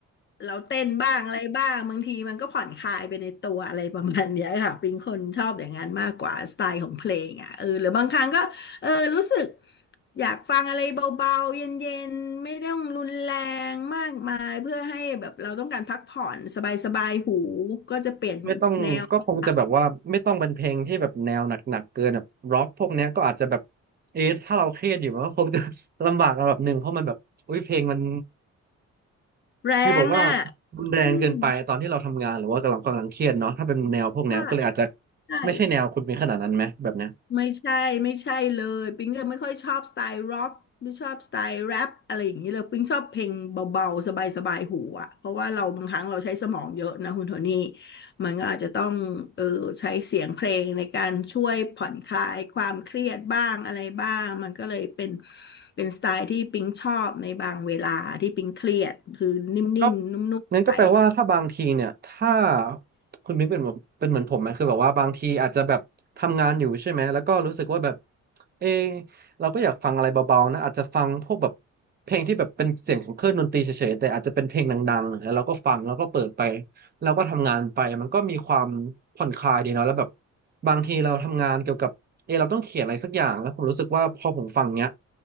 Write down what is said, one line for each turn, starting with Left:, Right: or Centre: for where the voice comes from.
Left: เราเต้นบ้างอะไรบ้างบางทีมันก็ผ่อนคลายไปในตัวอะไรประมาณเนี้ยค่ะปิงคนชอบอย่างนั้นมากกว่าสไตล์ของเพลงอ่ะเออหรือบางครั้งก็เออรู้สึกอยากฟังอะไรเบาๆเย็นๆไม่ต้องรุนแรงมากมายเพื่อให้แบบเราต้องการพักผ่อนสบายๆหูก็จะเปลี่ยนแนวบ้าง
Right: ไม่ต้องก็คงจะแบบว่าไม่ต้องเป็นเพลงที่แบบแนวหนักๆเกินแบบร็อกพวกเนี้ยก็อาจจะแบบเอะถ้าเราเครียดอยู่มันก็คงจะ <laughs> ลำบากระดับหนึ่งเพราะมันแบบอุ้ยเพลงมัน
Left: <laughs> แรงอ่ะ
Right: ฟีลบอกว่ารุนแรงเกินไปตอนที่เราทำงานหรือว่ากำลังกำลังเครียดเนาะถ้าเป็นแนวพวกเนี้ยก็เลยอาจจะ
Left: อืมก็ ใช่
Right: ไม่ใช่แนวคุณมีขนาดนั้นไหมแบบเนี้ย
Left: ไม่ใช่ไม่ใช่เลยปิ๊งก็ไม่ค่อยชอบสไตล์ร็อกไม่ชอบสไตล์แรปอะไรอย่างนี้เลยปิ๊งชอบเพลงเบาๆสบายๆหูอ่ะเพราะว่าเราบางครั้งเราใช้สมองเยอะนะคุณโทนี่มันก็อาจจะต้องเออใช้เสียงเพลงในการช่วยผ่อนคลายความเครียดบ้างอะไรบ้างมันก็เลยเป็นเป็นสไตล์ที่ปิ๊งชอบในบางเวลาที่ปิ๊งเครียดคือนิ่มๆนุ่มๆไป
Right: ก็งั้นก็แปลว่าถ้าบางทีเนี่ยถ้าคุณมิ้งเป็นแบบเป็นเหมือนผมไหมคือแบบว่าบางทีอาจจะแบบทำงานอยู่ใช่ไหมแล้วก็รู้สึกว่าแบบเออเราก็อยากฟังอะไรเบาๆนะอาจจะฟังพวกแบบเพลงที่แบบเป็นเสียงของเครื่องดนตรีเฉยๆแต่อาจจะเป็นเพลงดังๆแล้วเราก็ฟังแล้วก็เปิดไป เราก็ทำงานไปมันก็มีความผ่อนคลายดีเนาะแล้วแบบบางทีเราทำงานเกี่ยวกับเออเราต้องเขียนอะไรสักอย่างแล้วผมรู้สึกว่าพอผมฟังเนี้ย